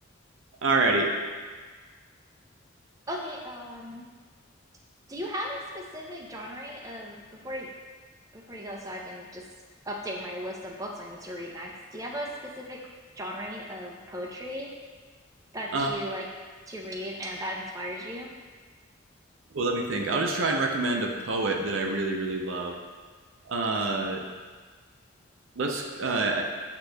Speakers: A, on the right (about 75°); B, on the right (about 15°).
A: Alrighty.
B: Okay, um do you have a specific genre of before you before you go so I can just update my list of books I need to read next? Do you have a specific genre of poetry that
A: Um,
B: you like to read and that inspires you.
A: well, let me think. I'll just try and recommend a poet that I really, really love. Uh, let's. Uh,